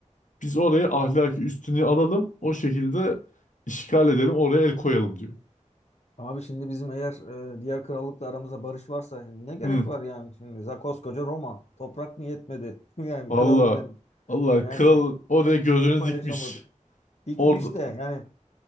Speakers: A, on the left; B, on the left.
A: Biz oraya ahlaki üstünlüğü alalım o şekilde işgal edelim oraya el koyalım diyor.
B: Abi şimdi bizim eğer e, diğer krallıkla aramızda barış varsa ne gerek
A: Hı,
B: var yani şimdi? Za- Koskoca Roma. Toprak mı yetmedi? <laughs> Yani
A: valla
B: kralım derim.
A: Allah
B: Yani
A: kral oraya gözünü
B: neyi paylaşamadık?
A: dikmiş.
B: Dikmiş
A: Orada
B: de yani